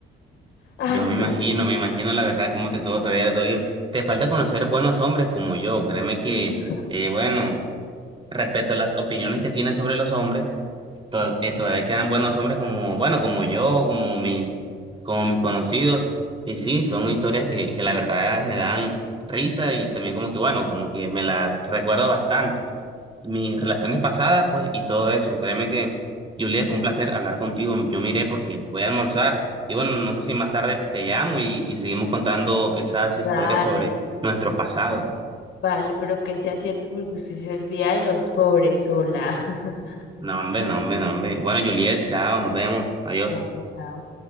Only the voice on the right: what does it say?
yo me
imagino, me imagino la verdad cómo te tuvo que haber dolido. Te falta conocer buenos hombres como yo, créeme que,
eh, bueno, respecto a las opiniones que tienes sobre los hombres, to- eh, todavía quedan buenos hombres como, bueno, como yo, como mi, como mis conocidos. Y sí, son historias que, que la verdad me dan risa y también como que, bueno, como que me las recuerdo bastante. Mis relaciones pasadas, pues, y todo eso. Créeme que, Juliet, fue un placer hablar contigo. Yo me iré porque voy a almorzar. Y bueno, no sé si más tarde te llamo y, y seguimos contando esas historias
sobre nuestro pasado.
No, hombre, no, hombre, no, hombre. Bueno, Juliet, chao, nos vemos. Adiós.